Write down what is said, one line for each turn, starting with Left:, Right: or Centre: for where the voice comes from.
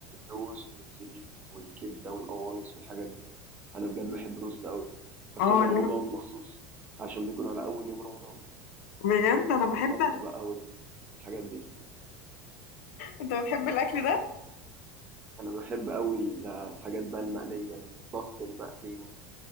Right: بالرز والزبيب والكبده والقوانص والحاجات دي انا بجد بحب الرز ده قوي بس
Left: اه
Right: انا رمضان
Left: لا
Right: مخصوص عشان بيكون على اول يوم رمضان
Left: بجد انا
Right: مع
Left: بحب
Right: البط بقى والحاجات دي
Left: انت بتحب الاكل ده
Right: انا بحب قوي ال- الحاجات بقى المقليه البط المقلي وال-